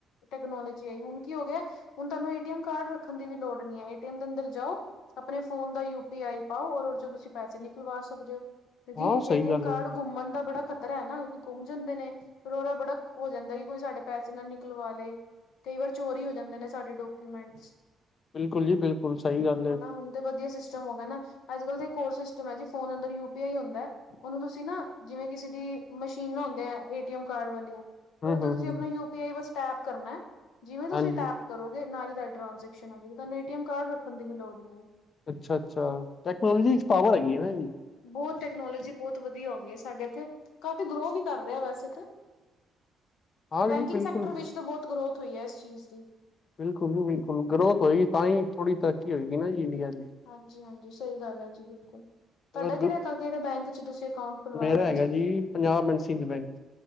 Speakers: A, on the left; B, on the left.
A: ਟੈਕਨੋਲੋਜੀ ਆਈ ਹੁਣ ਕੀ ਹੋ ਗਿਆ, ਹੁਣ ਤੁਹਾਨੂੰ ਏ ਟੀ ਐਮ ਕਾਰਡ ਰੱਖਣ ਦੀ ਵੀ ਲੋੜ ਨੀਂ ਐ, ਏਟੀਐਮ ਦੇ ਅੰਦਰ ਜਾਓ। ਆਪਣੇ ਫੋਨ ਦਾ ਯੂਪੀ ਆਈ ਪਾਓ, ਔਰ ਤੁਸੀਂ ਪੈਸੇ ਨਿਕਲਵਾ ਸਕਦੇ ਔ। ਜੀ
B: ਹਾਂ ਸਹੀ
A: ਏ ਟੀਐਮ
B: ਗੱਲ
A: ਕਾਰਡ
B: ਹੈ ਜੀ
A: ਘੁੰਮਣ ਦਾ ਬੜਾ ਖਤ ਹੈ ਨਾ ਕਿ ਘੁੰਮ ਜਾਂਦੇ ਨੇ। ਫਿਰ ਉਹਦਾ ਬੜਾ ਹੋ ਜਾਂਦਾ ਕਿ ਕੋਈ ਸਾਡੇ ਪੈਸੇ ਨਾ ਨਿਕਲਵਾ ਲਏ। ਕਈ ਵਾਰ ਚੋਰੀ ਹੋ ਜਾਂਦੇ ਨੇ ਸਾਡੇ ਡਾਕੂਮੈਂਟਸ।
B: ਬਿਲਕੁਲ ਜੀ ਬਿਲਕੁਲ। ਬੁਲ ਸਹੀ ਗੱਲ ਹੈ
A: ਹਨਾ ਹੁਣ ਤੇ ਵਧੀਆ ਸਿਸਟਮ ਹੋ ਗਿਆ ਨਾਂ, ਅੱਜ-ਕਲ ਤਾਂ ਇੱਕ ਹੋਰ ਸਿਸਟਮ ਹੈ ਜੀ, ਫੋਨ ਅੰਦਰ ਯੂ ਪੀ ਆਈ ਹੁੰਦਾ। ਉਹਨੂੰ ਤੁਸੀਂ ਨਾਂ ਜਿਵੇਂ ਕਿਸੇ ਦੀ ਮਸ਼ੀਨਾਉਂਦੇ ਆ ਏਟੀਐਮ ਕਾਰਡ ਵਾਲੀਆਂ
B: ਹਮ
A: ਰ ਉਦੋਂ
B: ਹਮ
A: ਤੁਸੀਂ
B: ਹਮ
A: ਆਪਣਾ ਯੂ ਪੀ ਆਈ ਬਸ ਟੈਪ ਕਰਨਾ, ਜਿਵੇਂ
B: ਹਾਂਜੀ
A: ਤੁਸੀਂ ਟੈਪ ਕਰੋਗੇ ਨਾਲ ਤੁਹਾਡੀ ਟਰਾਂਜੈਕਸ਼ਨ ਹੋ ਜੂਗੀ ਤੁਹਾਂਨੂੰ ਏਟੀਐਮ ਕਾਰਡ ਰੱਖਣ ਦੀ ਵੀ ਲੋੜ ਨੀਂ
B: ਅੱਛਾ ਅੱਛਾ, ਟੈਕਨੋਲੋਜੀ ਵਿੱਚ ਪਾਵਰ ਹੈਗੀ ਐ ਨਾਂ ਜੀ।
A: ਬਹੁਤ ਟੈਕਨੋਲੋਜੀ ਬਹੁਤ ਵਧੀਆ ਹੋ ਗਈ ਐ, ਸਾਡੇ ਇੱਥੇ ਕਾਫੀ ਗਰੋ ਵੀ ਕਰ ਰਿਆ ਵੈਸ ਇਥੇ
B: ਹਾਂ
A: ਬੈਂਕਿੰਗ
B: ਜੀ ਬਿਲਕੁਲ
A: ਸੈਕਟਰ
B: ਬਿਲਕੁਲ
A: ਵਿੱਚ ਤਾਂ ਬਹੁਤ ਗਰੋਥ ਹੋਈ ਐ ਇਸ ਚੀਜ਼ ਦੀ।
B: ਬਿਲਕੁਲ ਜੀ ਬਿਲਕੁਲ, ਗਰੋਥ ਹੋਏਗੀ ਤਾਂ ਹੀ ਥੋੜੀ ਤਰੱਕੀ ਹੋਗੀ ਨਾਂ ਜੀ ਇੰਡੀਆ ਦੀ।
A: ਹਾਂਜੀ- ਹਾਂਜੀ ਸਹੀ ਗੱਲ ਹੈ ਜੀ ਬਿਲਕੁਲ, ਤੁਹਾਡਾ
B: ਅਗਰ
A: ਕਿਹੜੇ -ਕਿਹੜੇ ਬੈਂਕ ਚ' ਤੁਸੀਂ ਅਕਾਊਂਟ ਖੁਲਵਾਇਆ
B: ਮੇਰਾ
A: ਦਾ
B: ਹੈਗਾ ਜੀ। Punjab L bank.